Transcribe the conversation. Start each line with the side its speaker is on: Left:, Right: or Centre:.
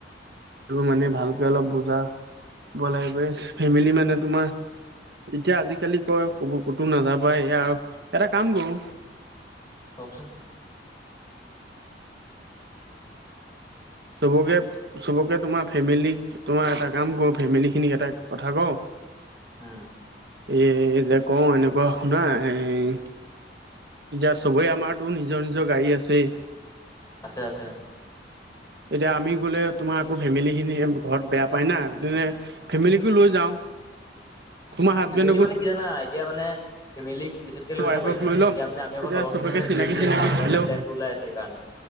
Right: সেইটো মানে ভালকে অলপ বুজা, বলাই বৈ ফেমিলি মানে তোমাৰ- এতিয়া আজিকালি কয় কব ক'তো নাযাবা এই আৰু এটা কাম কৰো।
Left: কচোন।
Right: চবকে- চবকে তোমাৰ ফেমিলিক তোমাৰ এটা কাম কৰোঁ ফেমিলিখিনিক এটা কথা কওঁ।
Left: উম।
Right: এই যে কওঁ এনেকুৱা শুনা এই- এতিয়া চবেই আমাৰতো নিজৰ নিজৰ গাড়ী আছে।
Left: আছে আছে।
Right: এতিয়া আমি গ'লে তোমাৰ আকৌ ফেমিলিখিনিয়ে ঘৰত বেয়া পায় না- ফেমিলিকো লৈ যাওঁ। তোমাৰ হাজবেণ্ডকো
Left: ফেমিলি মানে কি জানা এতিয়া মানে- ফেমিক পিতকে লৈ
Right: ৱাইফক
Left: যাব পাৰি মানে
Right: ল'ম
Left: এতিয়া মানে আমি অকল
Right: তেতিয়া
Left: লগখিন
Right: চবকে
Left: মানে
Right: চিনাকি
Left: ঘূৰিম বুলি
Right: চিনাকি
Left: ভাবিছোঁ আগৰ পায়ে
Right: হেল্ল'
Left: প্লে ওলাই আছে সেইকাৰণে।